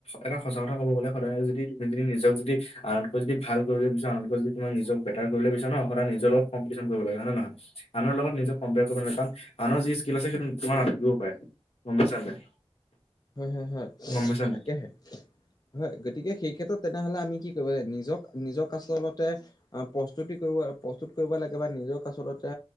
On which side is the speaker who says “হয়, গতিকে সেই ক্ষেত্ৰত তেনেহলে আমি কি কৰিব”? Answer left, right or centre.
Left